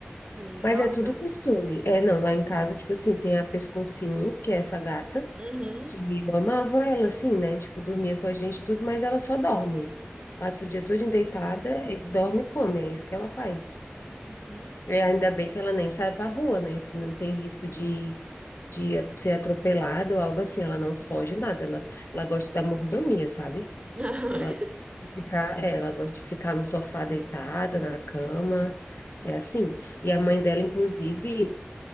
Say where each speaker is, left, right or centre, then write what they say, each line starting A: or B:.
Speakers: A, on the right; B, on the left.
A: sim,
B: Mas
A: nossa.
B: é tudo costume. É, não, lá em casa, tipo assim, tem a Pescocinho, que é essa gata,
A: Uhum,
B: que eu amava ela, assim, né? Tipo, dormia com a gente e tudo, mas ela só dorme. Passa o dia todo deitada, e dorme e come, é isso que ela faz.
A: uhum.
B: É, ainda bem que ela nem sai pra rua, né? Que não tem risco de, de ser atropelada ou algo assim. Ela não foge nada, ela, ela gosta da mordomia, sabe?
A: <laughs>
B: Ela, ficar, é, ela gosta de ficar no sofá deitada, na cama, é assim. E a mãe dela, inclusive.